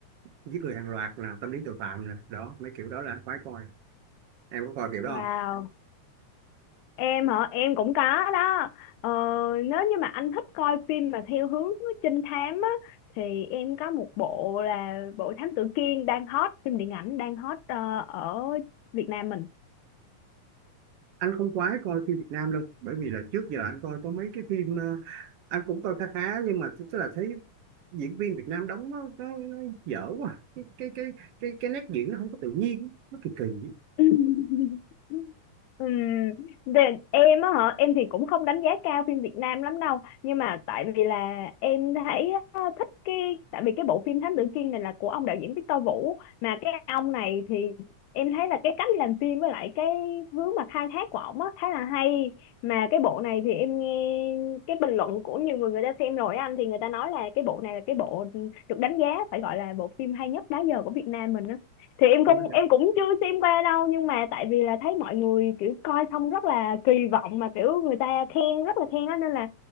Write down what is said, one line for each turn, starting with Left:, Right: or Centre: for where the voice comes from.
Right: giết người hàng loạt nè, tâm lý tội phạm nè, đó mấy kiểu đó là anh khoái coi. Em có coi kiểu đó
Left: Wow,
Right: không?
Left: em hả? Em cũng có đó. Ờ, nếu như mà anh thích coi phim mà theo hướng trinh thám á thì em có một bộ là bộ Thám Tử Kiên đang hot, phim điện ảnh đang hot ờ, ở Việt Nam mình.
Right: Anh không khoái coi phim Việt Nam đâu, bởi vì là trước giờ anh coi có mấy cái phim ờ, anh cũng coi khá khá nhưng mà tức là thấy diễn viên Việt Nam đóng nó, nó, nó dở quá. Cái cái cái cái cái nét diễn nó không có tự nhiên, nó kỳ kỳ.
Left: <laughs> Ừm, để, em á hả em thì cũng không đánh giá cao phim Việt Nam lắm đâu nhưng mà tại vì là em thấy á, thích cái tại vì cái bộ phim Thám Tử Kiên này là của ông đạo diễn Victor Vũ mà cái ông này thì em thấy là cái cách làm phim với lại cái hướng mà khai thác của ổng á khá là hay mà cái bộ này thì em nghe cái bình luận của nhiều người người ta xem rồi á anh thì người ta nói là cái bộ này là cái bộ được đánh giá phải gọi là bộ phim hay nhất đó giờ của Việt Nam mình á thì em
Right: Ủa
Left: không
Right: vậy?
Left: em cũng chưa xem qua đâu nhưng mà tại vì là thấy mọi người kiểu coi xong rất là kỳ vọng mà kiểu người ta khen rất là khen đó nên là